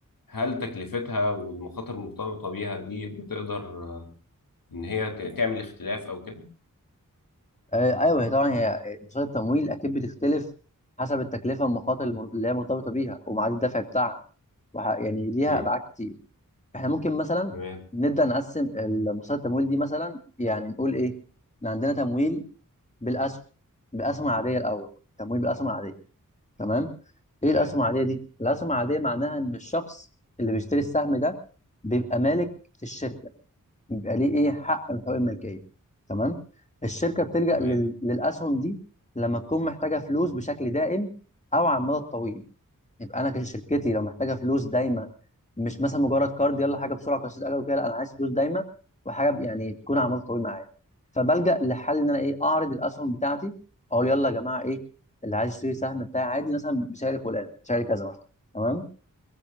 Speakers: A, on the left (about 85°); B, on the left (about 20°).
A: هل تكلفتها والمخاطر المرتبطة بيها دي بتقدر آه، إن هي ت- تعمل اختلاف أو كده؟
B: آه ايوه هي طبعا هي مصادر التمويل اكيد بتختلف حسب التكلفه والمخاطر الم- اللي هي مرتبطه بيها وميعاد الدفع بتاعها وح... يعني ليها
A: مم.
B: ابعاد كتير احنا ممكن مثلا
A: تمام
B: نبدا نقسم ال- مصادر التمويل دي مثلا يعني نقول ايه إن عندنا تمويل بالاسهم بالاسهم العاديه الاول تمويل بالاسهم العاديه تمام
A: تمام
B: ايه الاسهم العاديه دي الاسهم العاديه معناها ان الشخص اللي بيشتري السهم ده بيبقى مالك في الشركه بيبقى ليه ايه حق من حقوق الملكيه تمام الشركه بتلجأ
A: تمام
B: لل... للاسهم دي لما تكون محتاجه فلوس بشكل دائم او على المدى الطويل يبقى انا كشركتي لو محتاجه فلوس دايما مش مثلا مجرد كارد يلا حاجه بسرعه قصير اجل وكده لا انا عايز فلوس دايما وحاجه يعني تكون على مدى طويل معايا فبلجأ لحل ان انا ايه اعرض الاسهم بتاعتي اقول يلا يا جماعه ايه اللي عايز يشتري سهم بتاعي عادي مثلا بسعر فلان سعر كذا مثلا تمام